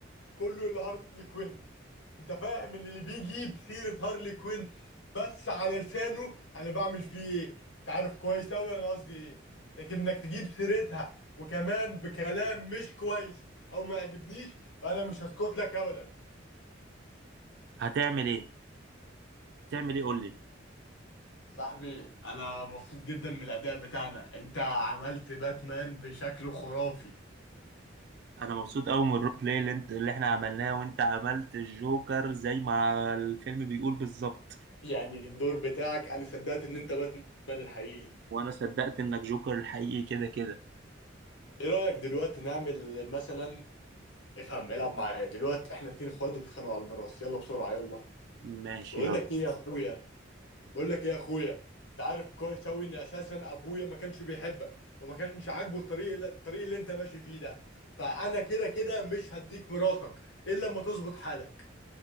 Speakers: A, on the left (about 70°); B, on the right (about 55°).
A: كله الا هارلي كوين انت فاهم ان اللي بيجيب سيرة هارلي كوين بس على لسانه انا بعمل فيه ايه انت عارف كويس اوي انا قصدي ايه لكن انك تجيب سيرتها وكمان بكلام مش كويس او ما يعجبنيش فانا مش هسكت لك ابدا
B: هتعمل ايه هتعمل ايه قول لي
A: صاحبي انا مبسوط جدا من الاداء بتاعنا انت عملت باتمان بشكل خرافي
B: انا مبسوط قوي من الرول بلاي اللي انت اللي احنا عملناه وانت عملت الجوكر زي ما الفيلم بيقول بالظبط
A: يعني الدور بتاعك انا صدقت ان انت باتمان الحقيقي
B: وانا صدقت انك جوكر الحقيقي كده كده
A: ايه رايك دلوقتي نعمل مثلا افهم العب معايا دلوقتي احنا اتنين اخوات وبيتخانقوا على البراس يلا بسرعه يلا
B: ماشي
A: بقول
B: يلا
A: لك ايه يا اخويا بقول لك ايه يا اخويا انت عارف كويس اوي ان اساسا ابويا ما كانش بيحبك وما كانش عاجبه الطريق اللي- الطريق اللي انت ماشي فيه ده فانا كده كده مش هديك ميراثك الا لما تظبط حالك